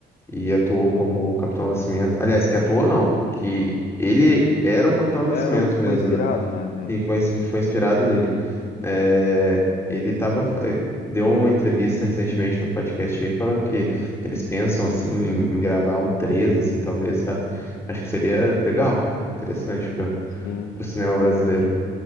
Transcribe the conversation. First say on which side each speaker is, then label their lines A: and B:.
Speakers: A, on the left; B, on the left.
A: e atuou como o Capitão Nascimento. Aliás, que atuou não, que ele era o Capitão Nascimento
B: Era o que
A: mesmo,
B: foi inspirado,
A: né?
B: né, nele.
A: E foi, inspi- foi inspirado nele. É, ele tava, fa- eh, deu uma entrevista recentemente no podcast aí falando que eles pensam assim em, em gravar um 3 assim, talvez, sabe? Acho que seria legal, cara. Interessante para
B: Sim.
A: o cinema brasileiro.